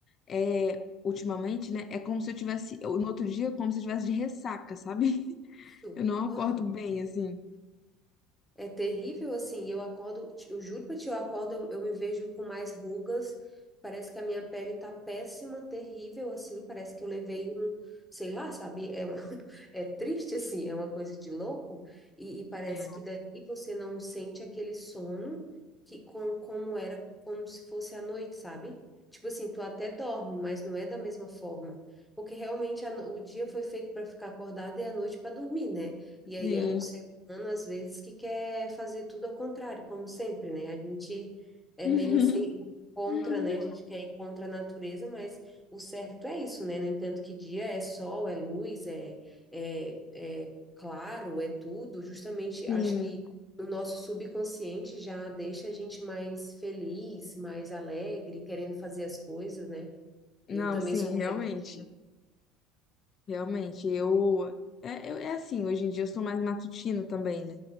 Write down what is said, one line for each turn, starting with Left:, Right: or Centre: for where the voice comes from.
Left: é, ultimamente, né, é como se eu tivesse, eu- no outro dia, é como se eu tivesse de ressaca, sabe? <laughs>
Centre: isso.
Left: Eu não acordo
Centre: Aham.
Left: bem, assim.
Centre: É terrível, assim, e eu acordo, eu juro pra ti, eu acordo, eu, eu me vejo com mais rugas, parece que a minha pele tá péssima, terrível, assim, parece que eu levei um, sei lá, sabe, é, uma- <laughs> é triste, assim, é uma coisa de louco, e, e parece
Left: É,
Centre: que daí você não sente aquele sono que com, como era, como se fosse à noite, sabe? Tipo assim, tu até dorme, mas não é da mesma forma, porque realmente a no- o dia foi feito para ficar acordado e a noite para dormir, né?
Left: sim.
Centre: E aí é, o humano, às vezes, que quer fazer tudo ao contrário, como sempre, né? A gente é
Left: <laughs>
Centre: meio assim contra,
Left: Uhum.
Centre: né? A gente quer ir contra a natureza, mas o certo é isso, né? No entanto, que dia é sol, é luz, é, é, é claro, é tudo. Justamente,
Left: Sim.
Centre: acho que o nosso subconsciente já deixa a gente mais feliz, mais alegre, querendo fazer as coisas, né?
Left: Não,
Centre: Eu também
Left: sim,
Centre: sou
Left: realmente,
Centre: mais do dia.
Left: realmente. Eu é, eu é assim, hoje em dia eu sou mais matutina também, né?